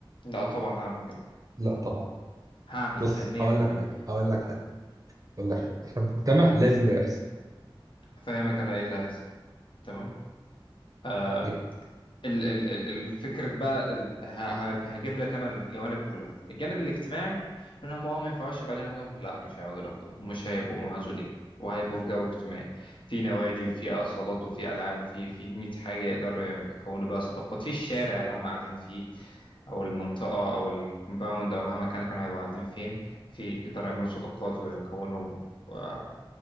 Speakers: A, on the left; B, on the right.
A: لا طبعا هعمل كده
B: لا طبعا
A: هعمل
B: بص
A: كده 100%
B: هقول لك حاجه هقول لك حاجه هقول لك حاجه في المجتمع لازم ده يحصل
A: هفهمك انا ايه اللي هيحصل تمام آه،
B: اوكي
A: ال ال ال- الفكرة بقى ال- ه- ه- هجيب لك انا الجوانب كلها الجانب الاجتماعي انهم اه ما ينفعوش يبقى قاعدين لوحدهم لا مش هيقعدوا لوحدهم مش هيبقوا معزولين وهيبقوا في جو اجتماعي في نوادي وفي اصالات وفي العاب وفي في 100 حاجة يقدروا يكونوا بقى صداقات في الشارع اللي هم قاعدين فيه او المنطقة او الكومباوند او مهما كان كانوا هيبقوا قاعدين فين في يقدروا يعملوا صداقات ويكونوا آه،